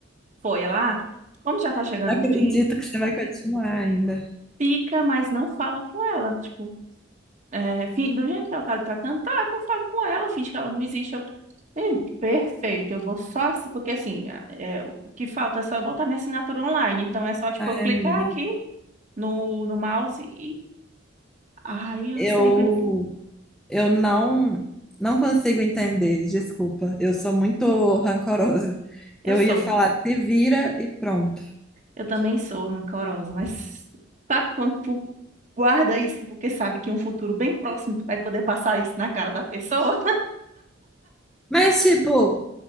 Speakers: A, on the right; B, in the centre.
A: Foi ela, ah, como já tá chegando
B: Eu não acredito
A: no fim,
B: que você vai continuar ainda.
A: fica, mas não fala com ela. Tipo, é, fi- do jeito que ela tá lhe tratando, tá, então fala com ela, finge que ela não existe. Sim, perfeito, eu vou só, assi- porque assim, a- é, o que falta é só eu botar minha assinatura online, então é só, tipo,
B: Ai,
A: eu clicar
B: amiga.
A: aqui no, no mouse e, ai, eu
B: Eu,
A: sei que,
B: eu não, não consigo entender. Desculpa. Eu sou muito rancorosa. Eu
A: eu sou,
B: ia falar, se vira e pronto.
A: eu também sou rancorosa, mas sabe quando tu guarda isso porque sabe que em um futuro bem próximo tu vai poder passar isso na cara da pessoa? <laughs>
B: Mas, tipo,